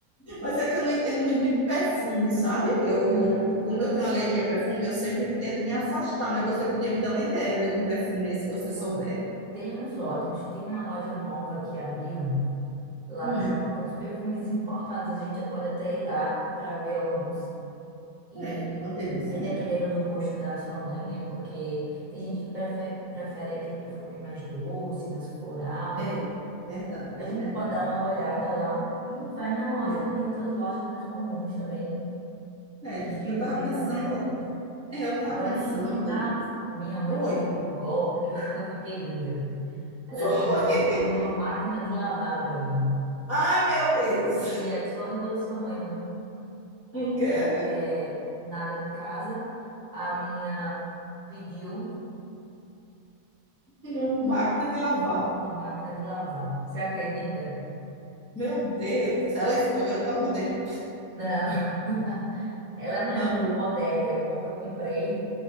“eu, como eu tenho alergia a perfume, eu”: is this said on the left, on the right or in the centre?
Left